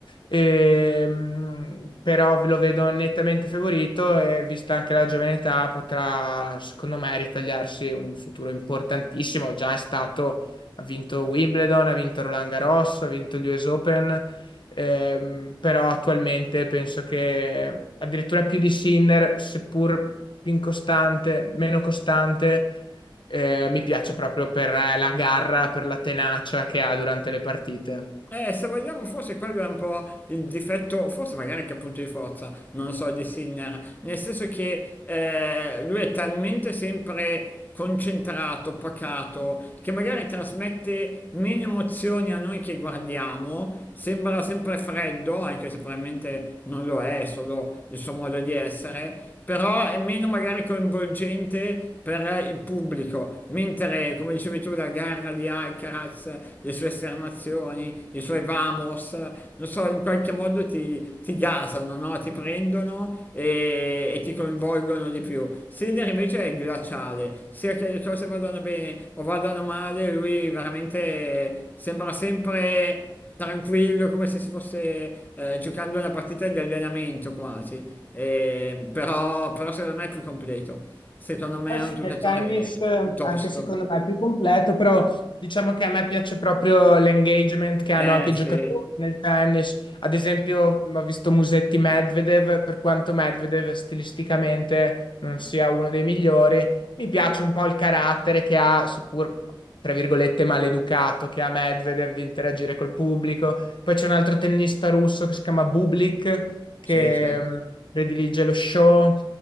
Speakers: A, on the left (about 65°); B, on the left (about 20°).
A: Ehm, però lo vedo nettamente favorito e vista anche la giovane età potrà, secondo me, ritagliarsi un futuro importantissimo. Già è stato, ha vinto Wimbledon, ha vinto Roland Garros, ha vinto gli US Open, ehm, però attualmente penso che addirittura più di Sinner, seppur più incostante, meno costante, eh, mi piace proprio per la garra, per la tenacia che ha durante le partite.
B: Eh, se vogliamo, forse quello è un po' il difetto, forse magari anche il punto di forza, non lo so, di Sinner, nel senso che eh, lui è talmente sempre concentrato, pacato, che magari trasmette meno emozioni a noi che guardiamo, sembra sempre freddo, anche se probabilmente non lo è, è solo il suo modo di essere, però è meno magari coinvolgente per il pubblico, mentre come dicevi tu la gara di Alcaraz, le sue esternazioni, i suoi vamos, non so, in qualche modo ti, ti gasano, no? ti prendono e, e ti coinvolgono di più. Sinner invece è glaciale, sia che le cose vadano bene o vadano male, lui veramente sembra sempre tranquillo, come se si fosse eh, giocando una partita di allenamento quasi. Eh, però, però secondo me è più completo. Secondo me
A: Eh
B: è
A: sì,
B: un giocatore
A: nel tennis eh,
B: piuttosto.
A: anche secondo me è più completo, però diciamo che a me piace proprio l'engagement che hanno
B: Eh,
A: anche i
B: sì,
A: giocatori nel tennis. Ad esempio, ho visto Musetti Medvedev, per quanto Medvedev stilisticamente non sia uno dei migliori, mi piace un po' il carattere che ha, seppur tra virgolette maleducato, che ha Medvedev di interagire col pubblico. Poi c'è un altro tennista russo che si chiama Bublik, che
B: sì, certo.
A: mh, predilige lo show